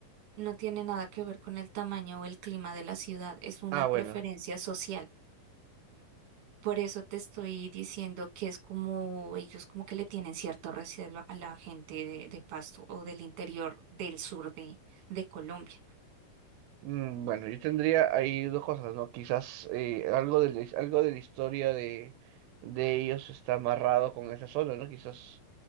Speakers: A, on the right; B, on the right.
A: No tiene nada que ver con el tamaño o el clima de la ciudad, es una
B: ah,
A: preferencia
B: bueno.
A: social. Por eso te estoy diciendo que es como ellos como que le tienen cierto recelo a la gente de, de Pasto o del interior del sur de, de Colombia.
B: Mm, Bueno, yo tendría ahí dos cosas, ¿no? Quizás eh, algo de la, his- algo de la historia de, de ellos está amarrado con esa zona, ¿no? Quizás